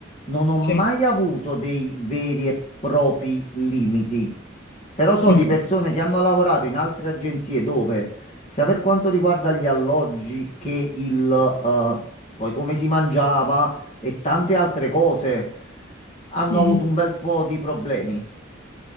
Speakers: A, on the left; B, on the left.
A: non ho mai
B: sì.
A: avuto dei veri e propri limiti. Però so
B: Mm.
A: di persone che hanno lavorato in altre agenzie dove, sia per quanto riguarda gli alloggi che il, eh, poi come si mangiava e tante altre cose, hanno
B: Mhm.
A: avuto un bel po' di problemi.